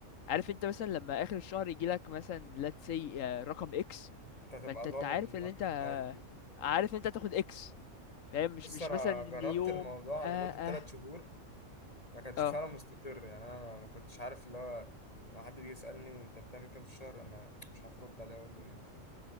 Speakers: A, on the left; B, on the left.
A: عارف انت مثلا لما اخر الشهر يجي لك مثلا let's say آه، رقم اكس
B: انت هتبقى
A: فانت انت
B: ضامن
A: عارف
B: المبلغ
A: ان انت
B: ده هيجيلك
A: عارف انت هتاخد اكس فاهم مش
B: بص
A: مش
B: انا
A: مثلا ان
B: جربت
A: يوم
B: الموضوع
A: اه
B: لمده
A: اه
B: 3 شهور ما كانش
A: اه
B: فعلا مستقر يعني انا ما كنتش عارف اللي هو لما حد بيجي يسالني انت بتعمل كام في الشهر انا مش عارف ارد عليه اقول له ايه فاهم